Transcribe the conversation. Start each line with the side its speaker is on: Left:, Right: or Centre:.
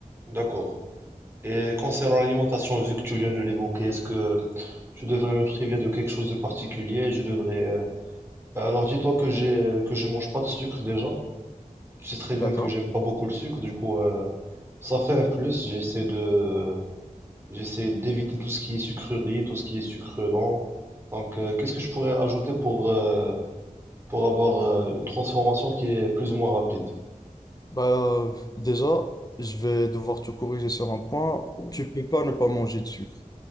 Right: D'accord. Et concernant l'alimentation, vu que tu viens de l'évoquer, est-ce que je devrais me priver de quelque chose de particulier? Je devrais. euh, Alors dis-toi que j'ai que je mange pas de sucre déjà. Tu sais très bien
Left: D'accord.
Right: que j'aime pas beaucoup le sucre, du coup euh, ça fait un plus. J'essaie de j'essaie d'éviter tout ce qui est sucrerie, tout ce qui est sucre lent. Donc euh, qu'est-ce que je pourrais ajouter pour euh, pour avoir euh, une transformation qui est plus ou moins rapide?
Left: Bah, déjà, je vais devoir te corriger sur un point. Tu peux pas ne pas manger de sucre,